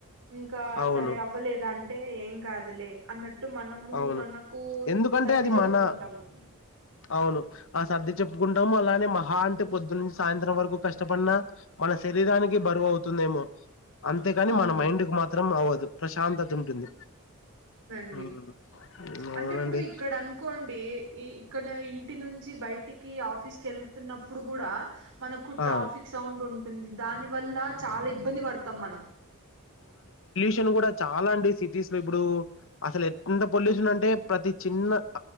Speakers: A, on the right; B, on the left.
A: ఇంకా
B: అవును
A: సరే అవ్వలేదా అం టే ఏం కాదులే అన్నట్టు మనము
B: అవును
A: మనకు
B: ఎందుకంటే
A: సర్ది
B: అది
A: చెప్పుకుంటాము
B: మన అవును ఆ సర్ది చెప్పుకుంటాము అలానే మహా అంటే పొద్దు నుంచి సాయంత్రం వరకు కష్టపడిన మన శరీరానికి బరువు అవుతుందేమో అంతేకాని
A: అవును
B: మన మైండ్ కు మాత్రం అవ్వదు ప్రశాంతత ఉంటుంది
A: అండి
B: ఉమ్
A: అంటే
B: అవునండి
A: ఇప్పుడు ఇక్కడ అనుకోండి ఇక్కడ ఇంటి నుంచి బయటికి ఆఫీస్ కి ఎల్ తున్నప్పుడు కూడా మనకు
B: ఆ
A: ట్రాఫిక్ సౌండ్ ఉంటుంది దాని వల్ల చాలా ఇబ్బంది పడతాం మనం
B: షన్ చాలా అండి సిటీస్ లో ఇప్పుడు అసలు ఎంత పొల్యూషన్ అంటే ప్రతి చిన్న